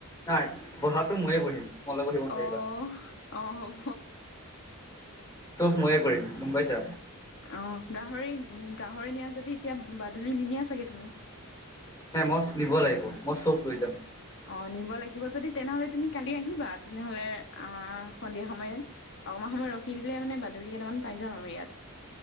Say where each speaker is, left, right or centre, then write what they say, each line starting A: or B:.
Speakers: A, on the left (about 15°); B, on the left (about 55°).
A: নাই বহাটো ময়ে বহিম। তোমালোক বহিব নোৱাৰিবা।
B: আহ', আহ'।
A: তোক ময়ে কৰিম। গম পাইছা
B: অ' গাহৰি উ গাহৰি নিয়া যদি এতিয়া, বাদুলি নিনিয়া চাগে তুমি?
A: নাই মই নিব লাগিব। মই চখ লৈ যাম।
B: অ' নিব লাগিব যদি, তেনেহলে তুমি কালি আহিবা তেনেহলে অ', সন্ধিয়া সময়ত অকণমান সময় ৰখি দিলে মানে, বাদুলি কেইটামান পাই যাম আমি ইয়াত।